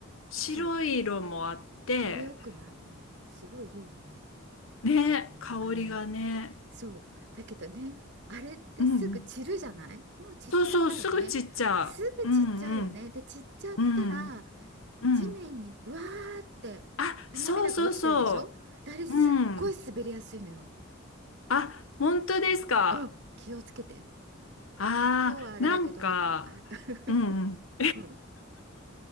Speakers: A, on the left; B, on the right.
A: 白い色もあって、
B: そう、あれよくないあのね、すごいいいよね。
A: ね、
B: あの、
A: 香りがね。
B: あの、そう、だけどね、あれってすぐ散るじゃないもう散っちゃったよね。
A: うんうん。そうそう、すぐ散っちゃう。
B: すぐ散っちゃうよね。
A: うんうん。
B: で、散っちゃったら、
A: うん。うん。
B: 地面にブワーって花びらが落ちてるでしょであれすっごい滑りやすいのよ。
A: あ、そうそうそう。うん。あ、本当ですか。
B: うん、気をつけて。
A: ああ、
B: もう今日はあれだけど、
A: なんか、
B: あ、<laughs>
A: うんうん。
B: うん、